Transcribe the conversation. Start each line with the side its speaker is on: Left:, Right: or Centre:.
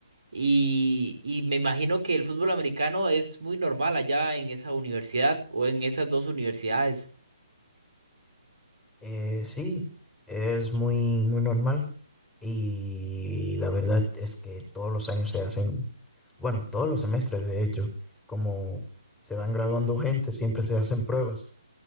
Right: Y, y me imagino que el fútbol americano es muy normal allá en esa universidad o en esas dos universidades.
Centre: Eh, sí, es muy, muy normal y la verdad es que todos los años se hacen Bueno, todos los semestres, de hecho, como se van graduando gente, siempre se hacen pruebas.